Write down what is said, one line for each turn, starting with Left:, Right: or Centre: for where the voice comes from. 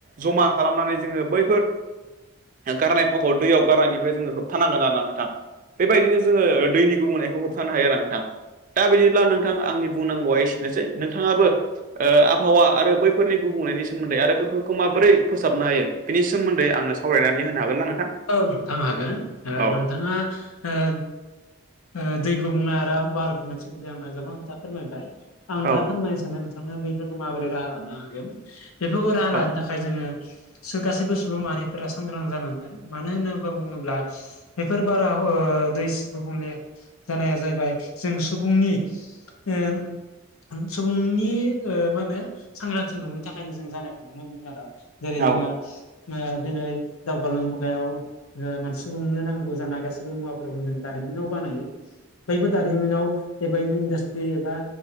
Right: जमा खालामनानै जोङो बैफोर गारनाय महर दैयाव गारनायनिफ्राय जोङो होबथानांगोन आरोना नोंथां बेबायदिनो जोङो दैनि गुबुंनायखौ खानो हायो आरों नोंथां दा बिदिब्ला नोंथां आंनि बुंनांगौआ एसेनोसै नोंथाङाबो ओ आबहावा आरो बैफोरनि गुबुंनायनि सोमोन्दै आरो बैफोरखौ माबोरै फोसाबनो हायो बिनि सोमोन्दै आंनो सावरायनानै होन हागोन ना नोंथां?
Left: औ नोंथां हागोन ओ
Right: औ
Left: नोंथाङा ओ ओ दै गुबुंनाय आरो बार गुबुंनाय सोमोन्दै आंनो गोबां खोथा फोरमायबाय। आं
Right: औ
Left: दा फोरमाय नोंथां बैफोरखौ माबोरै राहा लानो हागोन। बेफोरखौ राहा
Right: औ
Left: लानो थाखाय जोङो गासैबो सुबुं माहारिफोरा सांग्रां जानांगोन। मानो होनो बा बुङोब्ला बेफोर बारा ओ दै गुबुंले जानाया जाहैबाय जों सुबुंनि उम सुबुंनि ओ मा होनो सांग्रांथि नङिनि थाखायनो जों जानायखौ नुनो मोनो आरो। जेरै
Right: औ
Left: जोङो ओ दिनै दावगालु औ ओ मानसे मोननै नांगौ जानाय गासैबो मुवाफोरखौ जों दारिमिनाव बानायो। बैबो दारिमिनाव एबाय इन्डासट्रि एबा